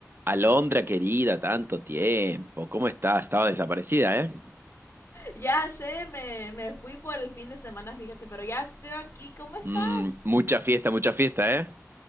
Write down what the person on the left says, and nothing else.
Ya sé, me, me fui por el fin de semana, fíjate, pero ya estoy aquí. ¿Cómo estás?